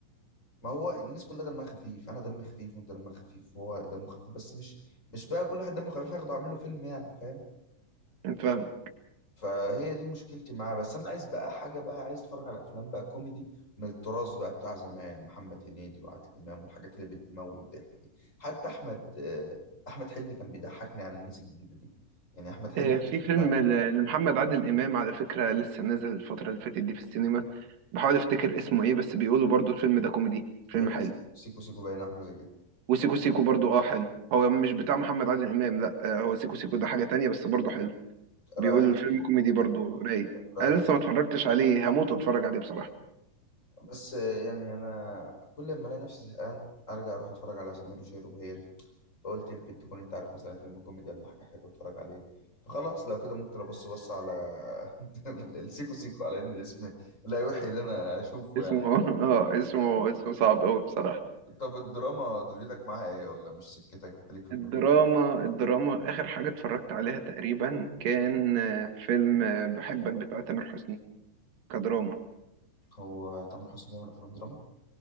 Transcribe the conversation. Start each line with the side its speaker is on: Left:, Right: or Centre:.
Left: ما هو الناس كلها دمها خفيف انا دمي خفيف وانت دمك خفيف وهو دمه خفيف بس مش مش بقى كل واحد دمه خفيف هاخده اعمل له فيلم يعني فاهم
Right: فاهم
Left: فهي دي مشكلتي معاه بس انا عايز بقى حاجه بقى عايز اتفرج على افلام بقى كوميدي من التراث بقى بتاع زمان محمد هنيدي وعادل امام والحاجات اللي بتموت ضحك دي حتى احمد آه، احمد حلمي كان بيضحكني على الناس الجديده دي يعني احمد حلمي
Right: آه، في
Left: مش
Right: فيلم
Left: بتاع-
Right: ل- لمحمد عادل إمام على فكرة لسه نازل الفترة اللي فاتت دي في السينما بحاول أفتكر اسمه إيه بس بيقولوا برضو الفيلم ده كوميدي فيلم
Left: بيقول لك
Right: حلو
Left: سيكو سيكو باين أو حاجه زي كده
Right: وسيكو سيكو برضو أه حلو هو مش بتاع محمد عادل إمام لأ آه، هو سيكو سيكو ده حاجة تانية بس برضو حلو
Left: رايك
Right: بيقولوا الفيلم كوميدي برضو رايق
Left: رايك
Right: أنا لسه ما اتفرجتش عليه هموت واتفرج عليه بصراحة
Left: بس آه، يعني انا كل ما الاقي نفسي زهقان ارجع اروح اتفرج على سمير وشهير وبهير فقلت يمكن تكون انت عارف مثلا فيلم كوميدي ولا حاجه حلوه اتفرج عليه فخلاص لو كده ممكن ابص بص على <laughs> السيكو سيكو على ان الاسم لا يوحي اللي انا اشوفه
Right: اسمه
Left: يعني
Right: <laughs> أه اسمه اسمه صعب أوي بصراحة
Left: طب الدراما دنيتك معاها ايه ولا مش سكتك انت ليك في الكو-
Right: الدراما الدراما آخر حاجة اتفرجت عليها تقريبا كان آه، فيلم آه، بحبك بتاع تامر حسني كدراما
Left: هو تامر حسني بيعمل افلام دراما